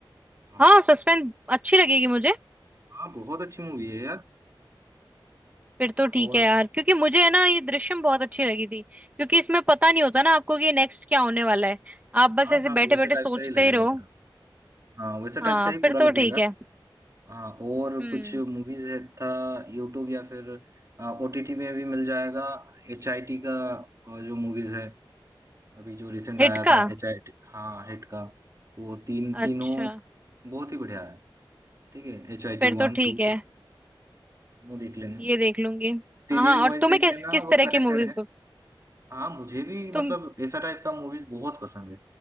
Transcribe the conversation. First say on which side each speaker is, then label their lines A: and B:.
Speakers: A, on the right; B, on the right.
A: हाँ
B: हाँ
A: हाँ।
B: सस्पेंस अच्छी लगेगी मुझे
A: हाँ बहुत अच्छी मूवी है यार
B: फिर तो ठीक
A: और
B: है यार क्योंकि मुझे है ना ये दृश्यम बहुत अच्छी लगी थी क्योंकि इसमें पता नहीं होता ना आपको कि नेक्स्ट क्या होने वाला है आप बस
A: हाँ
B: ऐसे
A: हाँ वैसे
B: बैठे बैठे
A: टाइप
B: सोचते
A: का ही लगेगा
B: ही रहो
A: पूरा हाँ वैसे टाइप
B: हाँ
A: का ही
B: फिर
A: पूरा लगेगा
B: तो ठीक है
A: हाँ और
B: हम्म
A: कुछ मूवीज है था यूट्यूब या फिर ओटीटी में भी मिल जाएगा एच आई टी का अ, जो मूवीज है अभी जो रिसेंट
B: हिट
A: आया
B: का
A: था एच आई टी हाँ हिट का वो तीन तीनों
B: अच्छा
A: बहुत ही बढ़िया है ठीक है H I
B: फिर
A: T one
B: तो ठीक
A: two
B: है
A: three तीनों देख लेना
B: ये देख लूंगी
A: सीरियल
B: हाँ हाँ, और
A: वाइज
B: तुम्हें
A: देख
B: किस
A: लेना
B: किस
A: वो
B: तरह
A: कनेक्टेड
B: की मूवी
A: है हाँ मुझे भी मतलब
B: तुम
A: ऐसा टाइप का मूवीज बहुत पसंद है